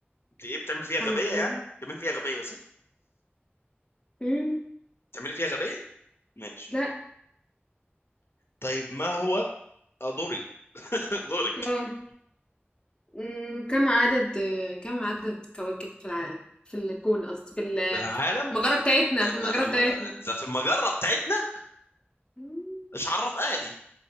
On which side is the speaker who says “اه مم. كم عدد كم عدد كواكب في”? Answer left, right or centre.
Left